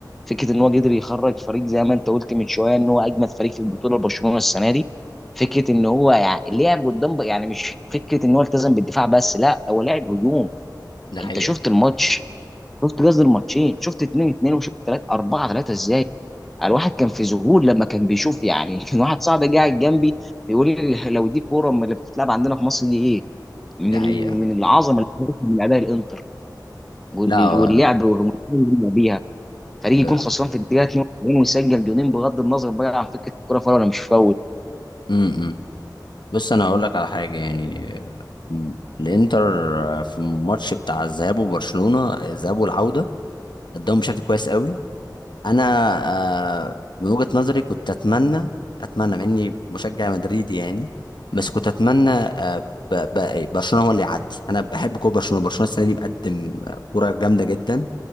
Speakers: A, in the centre; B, on the left (about 85°).
A: فكره ان هو قدر يخرج فريق زي ما انت قلت من شويه ان هو اجمد فريق في البطوله برشلونه السنه دي فكره ان هو يعني لعب قدام ب- يعني مش فكره ان هو التزم بالدفاع بس لا هو لعب هجوم
B: ده حقيقة
A: انت شفت الماتش شفت قصدي الماتشين شفت 2 2 وشفت 3 4 3 ازاي الواحد كان في ذهول لما كان بيشوف يعني <laughs> كان واحد صاحبي قاعد جنبي بيقول لي لو دي كوره من اللي بتتلعب عندنا في مصر دي ايه من
B: ده
A: ال...
B: حقيقة
A: من العظمه اللي بتحصل من اداء الانتر وال-
B: لا هو
A: واللعب والريمونتادا اللي بيلعب بيها فريق
B: ده-
A: يكون خسران في الدقيقه 42 ويسجل جونين بغض النظر بقى عن فكره الكوره فاول ولا مش فاول
B: امم بص انا هقول لك على حاجه يعني م، الانتر في الماتش بتاع الذهاب وبرشلونه الذهاب والعوده قدموا بشكل كويس قوي انا آه، من وجهة نظري كنت اتمنى اتمنى مع اني مشجع مدريدي يعني بس كنت اتمنى آه، ب- ب- برشلونة هو اللي يعدي انا بحب كوره برشلونة برشلونة السنة دي مقدم آه، كوره جامدة جدا